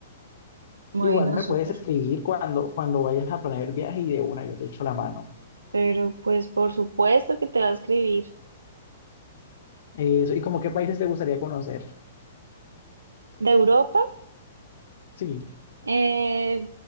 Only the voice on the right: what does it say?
Bueno,
súper.
Pero pues por supuesto que te va a escribir.
De Europa,
eh,